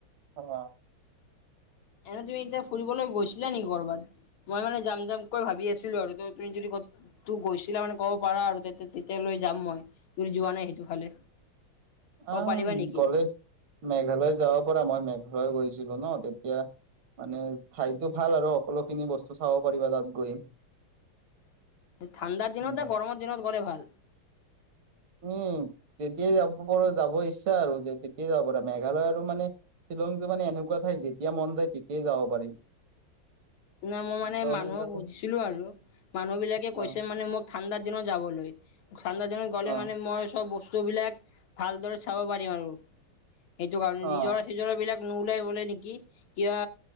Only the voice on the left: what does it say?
এনে তুমি এতিয়া ফুৰিবলৈ গৈছিলা নেকি ক'ৰবাত? মই মানে যাম যাম কৈ ভাবি আছিলো আৰু, ত তুমি যদি ক'ত গৈছিলা মানে ক'ব পাৰা আৰু তেতিয়ালৈ যাম মই, যোৱা নাই সেইটো ফালে? ক'ব
পাৰিবা নেকি?
ঠাণ্ডাৰ দিনত
নে, গৰমৰ দিনত গ'লে ভাল?
নে মই
মানে মানুহক
সুধিছিলো আৰু মানুহ বিলাকে
কৈছে মানে মোক ঠাণ্ডাৰ দিনত যাবলৈ। ঠাণ্ডা দিনত গ'লে
মানে, মই চব বস্তুবিলাক ভালদৰে চাব পাৰিম। আৰু সেইটো কাৰণে,
নিজৰ-ছিজৰা বিলাক নোলাই বলে নেকি, কিবা